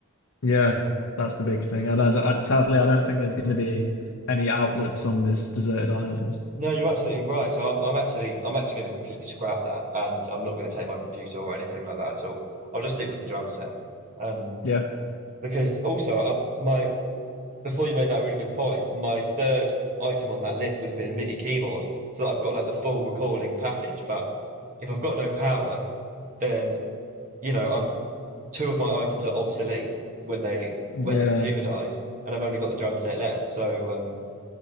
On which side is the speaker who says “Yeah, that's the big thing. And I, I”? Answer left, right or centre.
Left